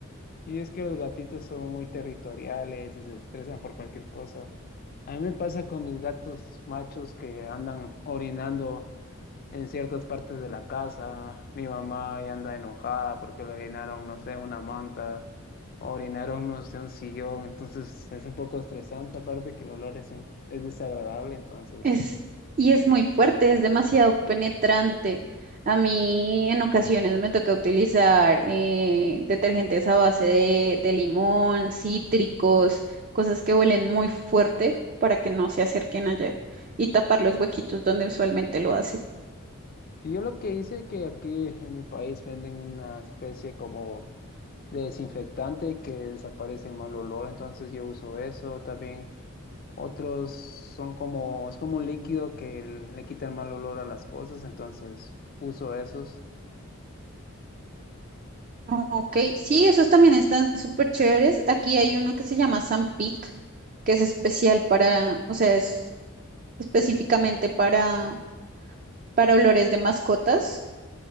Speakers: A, on the left; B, on the right.
A: Sí, es que los gatitos son muy territoriales y se estresan por cualquier cosa. A mí me pasa con mis gatos machos que andan orinando en ciertas partes de la casa. Mi mamá ya anda enojada porque le orinaron, no sé, una manta, orinaron, no sé, un sillón. Entonces es un poco estresante, aparte que el olor es, un- es desagradable. Entonces,
B: Es, y es muy fuerte, es demasiado penetrante. A mí en ocasiones me toca utilizar eh, detergentes a base de, de limón, cítricos, cosas que huelen muy fuerte para que no se acerquen allá y tapar los huequitos donde usualmente lo hacen.
A: Y yo lo que hice que aquí en mi país venden una especie como de desinfectante que desaparece el mal olor, entonces yo uso eso. También otros son como, es como un líquido que le quita el mal olor a las cosas, entonces uso esos.
B: Ok, sí, esos también están súper chéveres. Aquí hay uno que se llama Sampic, que es especial para, o sea, es específicamente para, para olores de mascotas.